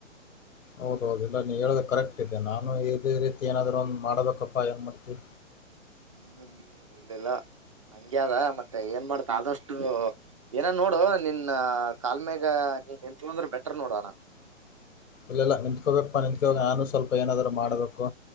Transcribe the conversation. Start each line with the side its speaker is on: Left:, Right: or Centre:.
Left: ಹೌದೌದು ಇಲ್ಲ ನೀ ಹೇಳೋದು ಕರೆಕ್ಟ್ ಇದೆ ನಾನು ಇದೇ ರೀತಿ ಏನಾದ್ರೂ ಒಂದು ಮಾಡಬೇಕಪ್ಪಾ ಏನ್ ಮಾಡತ್ತಿ
Right: ಹ್ಮ್ ಇಲ್ಲಾ ಹಂಗೆ ಅದ ಮತ್ತೆ ಏನ್ ಮಾಡ್ತ ಆದಷ್ಟು ಏನ ನೋಡು ನಿನ್ ಕಾಲ್ ಮ್ಯಾಗ ನೀನ್ ನಿಂತ್ಂದ್ರ ಬೆಟರ್ ನೋಡ ಅಣ್ಣಾ
Left: ಇಲ್ಲಲ್ಲ ನಿತ್ಕೋಬೇಕಪ್ಪ ನಿಂತ್ಕ ಹೋಗ ನಾನು ಸ್ವಲ್ಪ ಏನಾದ್ರು ಮಾಡ್ಬೇಕು